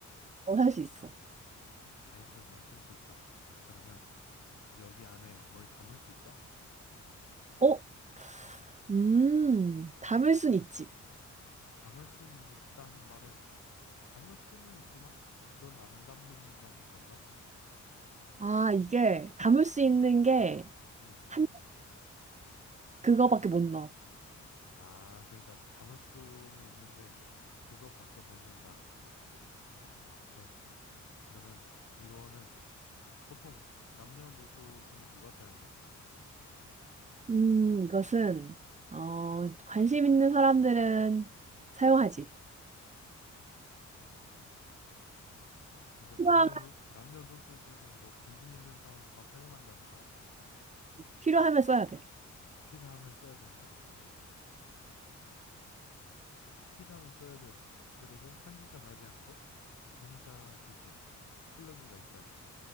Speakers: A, on the right; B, on the left.
A: 어, 할 수 있어.
B: 다이소에 가면 살 수 있다. 그러면, 여기 안에 뭘 담을 수 있어?
A: 어? 음, 담을 순 있지.
B: 담을 수는 있다는 말은, 담을 수는 있지만, 넌 안 담는다는 건가?
A: 아, 이게 담을 수 있는 게
B: 응.
A: 한, 그거밖에 못 넣어.
B: 아, 그러니까 담을 수는 있는데, 그거밖에 못 넣는다. 오케이. 그러면, 이거는 보통 남녀노소 중에 누가 사용해?
A: 음, 이것은, 어, 관심 있는 사람들은 사용하지.
B: 그러니까
A: 필요하,
B: 남녀노, 남녀노소 중에 뭐 관심 있는 사람 다 사용한다는 거야?
A: 필요하면 써야 돼.
B: 필요하면 써야 된다. 필요하면 써야 돼. 그리고 향기가 나지 않고 전자기기야. 플러그가 있어야 돼.